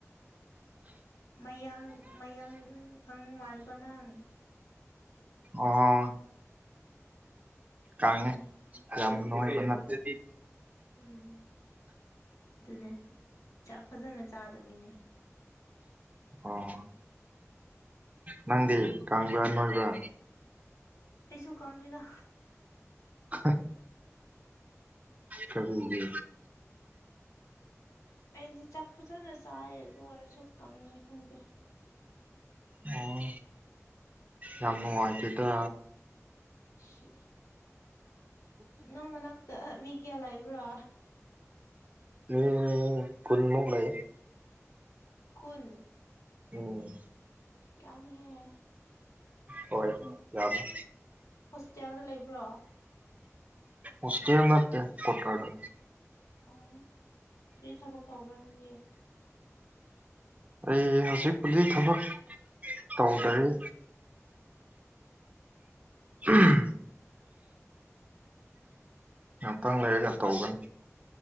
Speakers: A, on the left; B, on the right.
A: ꯃꯌꯥꯡ ꯃꯌꯥꯡ ꯀꯪ ꯃꯥꯜꯂꯦꯀꫭ ꯅꯪ
B: ꯑꯣ ꯀꯪꯉꯦ ꯌꯥꯝ ꯅꫭꯏꯕ ꯅꯠꯇꯦ
A: ꯎꯝ ꯑꯗꯨꯅꯦ ꯆꯥꯛ ꯐꯖꯅ ꯆꯥꯗꯕꯒꯤꯅ‌ꯦ
B: ꯑꯣ ꯅꯪꯗꯤ ꯀꯪꯕ꯭ꯔ ꯅꯣꯏꯕ꯭ꯔꯥ
A: ꯑꯩꯁꯨ ꯀꯪꯉꯤꯗ
B: ꯍꯥ ꯀꯔꯤꯒꯤ
A: ꯑꯩꯗꯤ ꯆꯥꯛ ꯐꯖꯅ ꯆꯥꯏꯌꯦ ꯑꯗꯨ ꯑꯣꯏꯔꯁꯨ ꯀꯪꯉꯦ ꯈꯪꯗꯦ
B: ꯑꯣ ꯌꯥꯝ ꯅꯨꯡꯉꯥꯏꯇꯦꯗ
A: ꯁꯤ ꯅꯪ ꯃꯅꯥꯛꯇ ꯃꯤ ꯀꯌꯥ ꯂꯩꯕ꯭ꯔꯥ
B: ꯃꯤ ꯀꯨꯟ ꯃꯨꯛ ꯂꯩ
A: ꯀꯨꯟ
B: ꯎꯝ
A: ꯌꯥꯝꯃꯤꯍꯦ
B: ꯍꯣꯏ ꯌꯥꯝꯃꯦ
A: ꯍꯣꯁꯄꯤꯇꯥꯜꯗ ꯂꯩꯕ꯭ꯔꯣ
B: ꯍꯣꯁꯇ‌ꯦꯜ ꯅꯠꯇꯦ ꯀꯋꯥꯇꯔꯗ
A: ꯑꯣ ꯀꯔꯤ ꯊꯕꯛ ꯇꯧꯕ꯭ꯔꯣ ꯅꯪꯗꯤ
B: ꯑꯩ ꯍꯧꯖꯤꯛꯄꯨꯗꯤ ꯊꯕꯛ ꯇꯧꯗꯔꯤ ꯎꯝ ꯉꯍꯥꯛꯇꯪ ꯂꯩꯔꯒ ꯇꯧꯒꯅꯤ